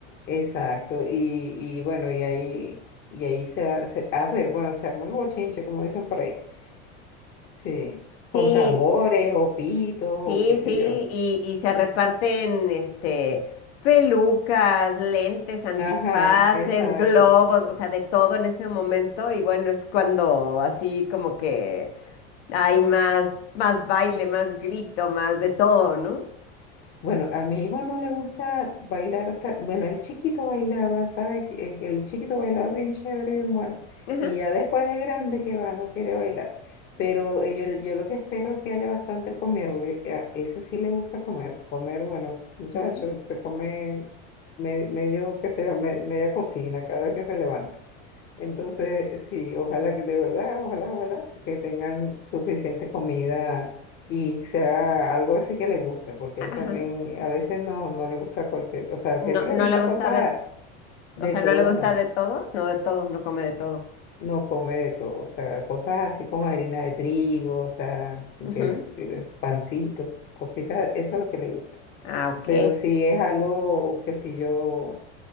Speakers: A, on the left (about 35°); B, on the left (about 80°).
A: exacto, y, y bueno, y ahí, y ahí se, ar- se, a ver, bueno, se arma el bochinche, como dicen por ahí, sí, con
B: sí,
A: tambores o pitos o
B: Sí,
A: qué sé
B: sí,
A: yo.
B: y, y se reparten este pelucas, lentes, antifaces,
A: Ajá, exacto.
B: globos, o sea, de todo en ese momento. Y bueno, es cuando así como que hay más, más baile, más grito, más de todo, ¿no?
A: Bueno, a mi hijo no le gusta bailar, ta- bueno, el chiquito bailaba, ¿sabe? Que El el chiquito bailaba bien chévere, bien bueno.
B: Ajá.
A: Y ya después de grande que va, no quiere bailar. Pero eh, yo, yo lo que espero es que haya bastante comida, porque eh, a- eso sí le gusta comer. Comer, bueno, muchachos,
B: Mm,
A: se come me- medio, qué sé yo, me- media cocina cada vez que se levanta. Entonces, sí, ojalá que de verdad, ojalá, ojalá que tengan suficiente comida y que sea algo así que le guste, porque
B: Ajá.
A: él también eh, a veces no, no le gusta cualquier, o sea,
B: No,
A: siempre
B: no
A: le gusta
B: le gusta
A: cosas
B: de,
A: de
B: o sea,
A: todo,
B: no le gusta
A: no,
B: de todo, no de todo, no come de todo.
A: no come de todo, o sea, cosas así con harina de trigo, o sea,
B: Ujú.
A: que es, es pancito, cositas, eso es lo que le gusta.
B: Ah, ok.
A: Pero si es algo que si yo,